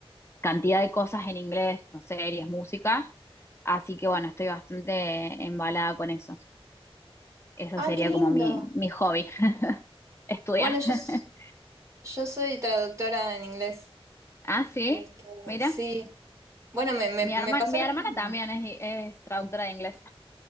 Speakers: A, on the left; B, on the right.
A: cantidad de cosas en inglés, como series, música, así que bueno, estoy bastante embalada con eso. Eso
B: Ah,
A: sería
B: qué lindo.
A: como mi, mi hobby, <laughs> estudiar.
B: Bueno, yo,
A: <laughs>
B: s- yo soy traductora en inglés.
A: Ah, sí,
B: Este,
A: mira,
B: sí. Bueno, me, me,
A: mi herma-
B: me pasó
A: mi
B: lo
A: hermana
B: mismo.
A: también es, es traductora de inglés.